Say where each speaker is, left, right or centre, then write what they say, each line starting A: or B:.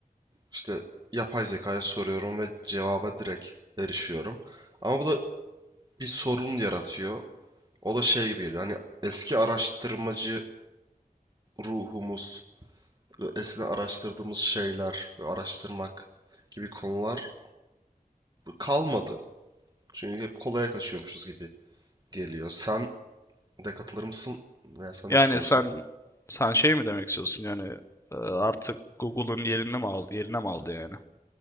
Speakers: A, on the right; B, on the left.
A: işte yapay zekaya soruyorum ve cevaba direkt erişiyorum. Ama bu da bir sorun yaratıyor. O da şey gibi geliyor. Hani eski araştırmacı ruhumuz ve eskiden araştırdığımız şeyler ve araştırmak gibi konular kalmadı. Çünkü hep kolaya kaçıyormuşuz gibi geliyor. Sen de katılır mısın? Veya sen
B: Yani
A: ne düşünüyorsun?
B: sen sen şey mi demek istiyorsun? Yani e, artık Google'un yerini mi aldı, yerine mi aldı yani?